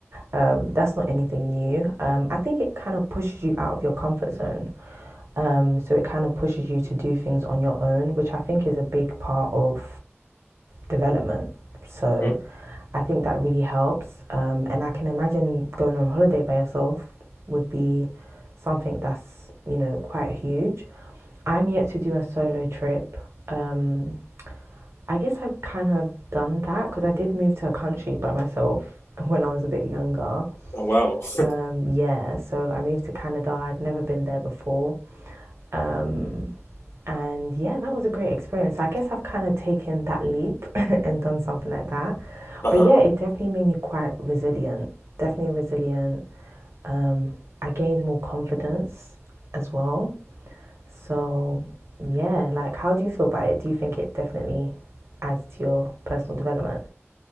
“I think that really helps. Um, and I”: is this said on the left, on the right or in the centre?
Right